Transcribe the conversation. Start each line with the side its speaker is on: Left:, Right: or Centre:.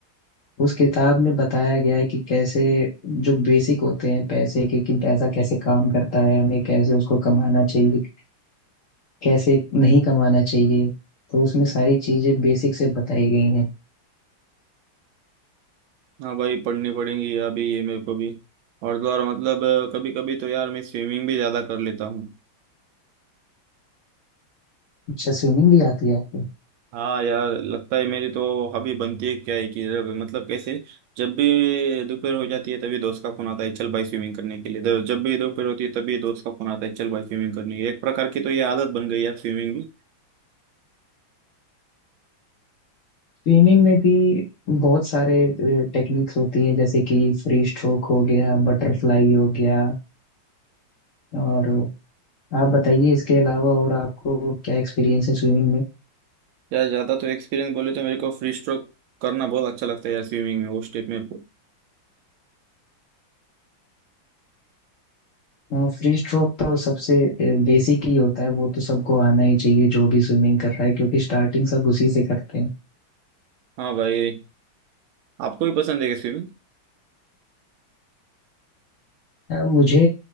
Left: उस किताब में बताया गया है कि कैसे जो बेसिक होते हैं पैसे के कि पैसा कैसे काम करता है हमें कैसे उसको कमाना चाहिए कैसे नहीं कमाना चाहिए तो उसमें सारी चीजें बेसिक से बताई गई हैं
Right: हाँ भाई पढ़नी पड़ेंगी अभी ये मेरे को भी और तो और मतलब कभी कभी तो यार मैं स्विमिंग भी ज्यादा कर लेता हूँ
Left: अच्छा स्विमिंग भी आती है आपको
Right: हाँ यार लगता है मेरी तो हॉबी बनती है क्या है कि जब मतलब कैसे जब भी दोपहर हो जाती है तभी दोस्त का फोन आता है चल भाई स्विमिंग करने के लिए तो जब भी दोपहर होती है तभी दोस्त का फोन आता है चल भाई स्विमिंग करने के लिए। एक प्रकार की तो ये आदत बन गई यार स्विमिंग की
Left: स्विमिंग में भी बहुत सारे टेक्निक्स होती हैं जैसे कि फ्री स्ट्रोक हो गया बटरफ्लाई हो गया और आप बताइए इसके अलावा और आपको क्या एक्सपीरियंस है स्विमिंग में
Right: यार ज्यादा तो एक्सपीरियंस बोले तो मेरे को फ्री स्ट्रोक करना बहुत अच्छा लगता है यार स्विमिंग में वो स्टेप मेरे को
Left: फ्री स्ट्रोक तो सबसे बेसिक ही होता है वो तो सबको आना ही चाहिए जो भी स्विमिंग कर रहा है क्योंकि स्टार्टिंग सब उसी से करते हैं
Right: हाँ भाई आपको भी पसंद है क्या स्विमिंग
Left: अ, मुझे